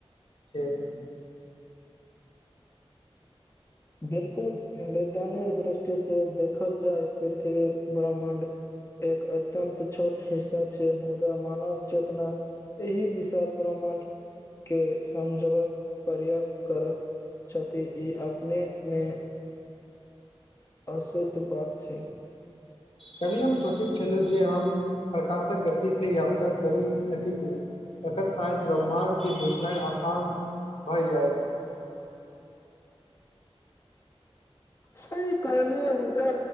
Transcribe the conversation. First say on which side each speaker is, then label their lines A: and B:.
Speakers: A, on the left; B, on the left.
A: छै <inaudible>
B: बिल्कुल वैज्ञानिक दृष्टि से देखल जाय पृथ्वी ब्रह्मण्ड एक अत्यन्त छोट हिस्सा छै मुदा मानव चेतना एहि विशाल ब्रह्माण्ड के समझबक प्रयास करत छथी इ अपनेमे अशुद्ध बात छै
A: काल्हि हम सोचैत छलौं जे हम प्रकाशक गतिसँ यात्रा करी सकितौं तखन शायद ब्रह्माण्डके बुझनाय आसान भय जायत
B: सही कहलियौ मुदा